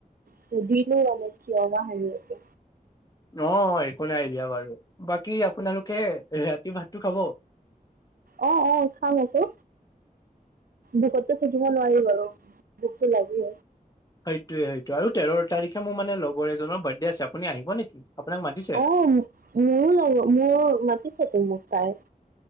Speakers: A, on the right; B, on the left.
A: সুধিলোও আন কিয়বা হাহি আছে।
B: অ, একো নাই দিয়া বাৰু বাকী আপোনালোকে ৰাতি ভাতটো খাব।
A: অ', অ', খাম আকৌ। ভুকতো থাকিব নোৱাৰি বাৰু ভুকতটো লাগি
B: সেইটো, সেইটো আৰু তেৰ তাৰিখে মোৰ মানে লগৰ এজনৰ বাৰ্থডে আছে আপুনি আহিব নেকি? আপোনাক মাতিছে
A: অ, মোৰো লগত মোৰ মাতিছে তো মোক তাই